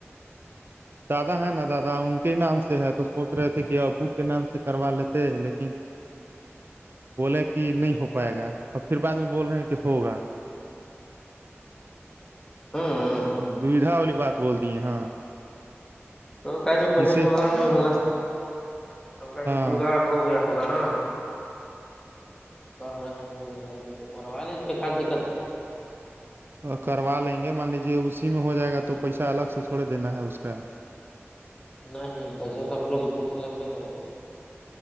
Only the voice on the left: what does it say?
<inaudible>
<inaudible>
ہوں ہ
تو کہیں نہیں پہلے
جگاڑ نہیں ہوگا اب کہیں نہیں
جگاڑ ہو گیا ہوگا نا کہہ رہے ہوں گے گھر میں تو کروا لیجیے کا دقت ہے
نہیں پیسہ تو آ لوگ کو پھر سے لگبے کرے گا